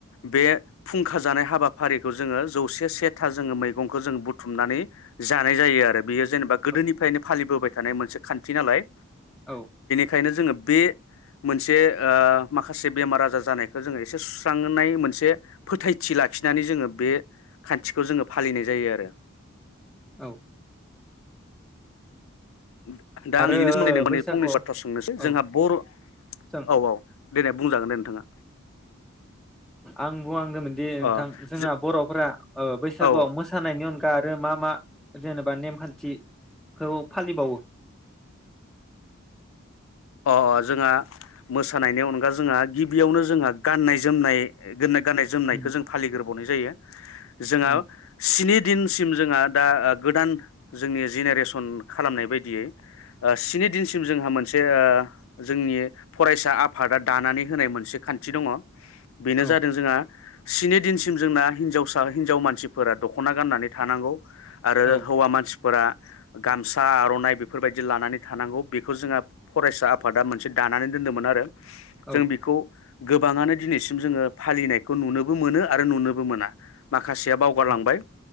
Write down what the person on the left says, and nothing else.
बे फुंखा जानाय हाबाफारिखौ जोङो जौसे सेथा जोङो मैगंखौ जोङो बुथुमनानै जानाय जायो आरो बेयो जेनेबा गोदोनिफ्रायनो
फालिबोबाय थानाय मोनसे खान्थि नालाय
खायनो जोङो बे मोनसे ओ माखासे बेमार आजार जानायखौ जोङो एसे सुस्रांनाय मोनसे फोथायथि लाखिनानै जोङो बे खान्थिखौ जोङो फालिनाय जायो आरो।
<inaudible> दा
आं इनिनो सोमोन्दै माने
फंनैसो बाथ्रा सोंनोसै
जोंहा बर' औ
औ देलाय बुंजागोन दे नोंथाङा।
अ
जो
औ
अ अ जोंहा मोसानायनि अनगा जोंहा गिबियावनो जोंहा गाननाय जोमनाय गान गाननाय जोमनायखो
जों फालिगोरबावनाय जायो जोंहा
स्नि दिनसिम जोंहा दा ओ गोदान जोंनि जेनेरेसन खालामनाय बायदियै स्नि दिनसिम जोंहा मोनसे जे ओ जोंनि फरायसा आफादा दानानै होनाय मोनसे खान्थि दङ। बेनो
जादों जोंहा स्नि दिनसिम जोंना हिनजावसा हिनजाव मानसिफोरा दख'ना गाननानै थानांगौ। आरो
हौवा मानसि फोरा गामसा आर'नाइ बेफोरबायदि लानानै थानांगौ बेखौ जोंहा फरायसा आफादा मोनसे दानानै दोनदोंमोन आरो।
जों
बेखौ गोबाङानो दिनैसिम जोङो फालिनायखौ नुनोबो मोनो आरो नुनोबो मोना माखासेया बावगारलांबाय